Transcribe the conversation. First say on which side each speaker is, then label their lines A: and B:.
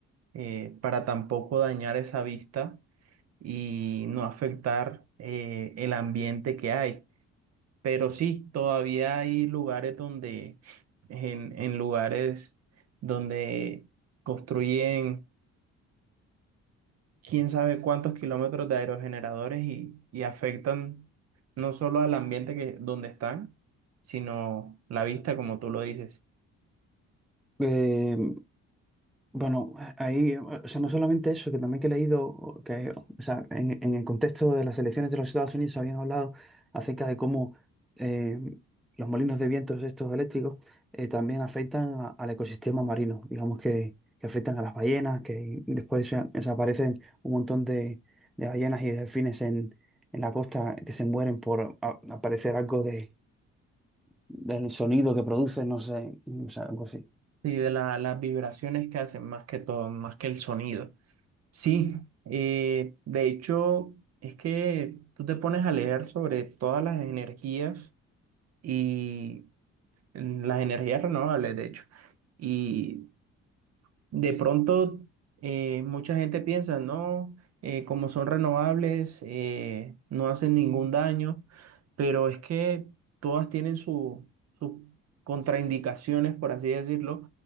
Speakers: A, on the right (about 55°); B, in the centre.
A: eh, para tampoco dañar esa vista y no afectar eh, el ambiente que hay. Pero sí, todavía hay lugares donde, en, en lugares donde construyen quién sabe cuántos kilómetros de aerogeneradores y, y afectan no solo al ambiente que, donde están, sino la vista, como tú lo dices,
B: Eh, Bueno, ahí, o sea, no solamente eso, que también que he leído, que, o sea, en, en el contexto de las elecciones de los Estados Unidos habían hablado acerca de cómo eh, los molinos de vientos estos eléctricos eh, también afectan a- al ecosistema marino, digamos que, que afectan a las ballenas, que después se- desaparecen un montón de, de ballenas y delfines en, en la costa que se mueren por a- aparecer algo de, del sonido que producen, no sé, o sea, algo así.
A: y de la- las vibraciones que hacen más que todo, más que el sonido. Sí, eh, de hecho, es que tú te pones a leer sobre todas las energías y mm, las energías renovables, de hecho. y De pronto, eh, mucha gente piensa, no, eh, como son renovables, eh, no hacen ningún daño, pero es que todas tienen su- sus contraindicaciones, por así decirlo.